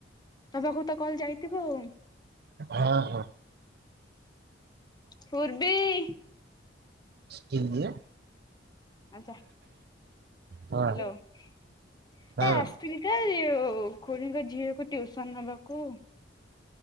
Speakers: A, on the left (about 25°); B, on the right (about 60°).
A: ତୋ ପାଖକୁ ତ କଲ ଯାଇଥିବ ଆଉ।
B: ହଁ ହଁ।
A: ପୂର୍ବୀ।
B: କିଏ ଇଏ?
A: ଆଉ ଯା
B: ହଁ
A: ହାଲୋ ଏ
B: ହଁ
A: ଆସିଥିଲି। ସେ <unintelligible> ଖୁଡ଼ିଙ୍କ ଝିଅକୁ ଟିଉସନ ନବାକୁ।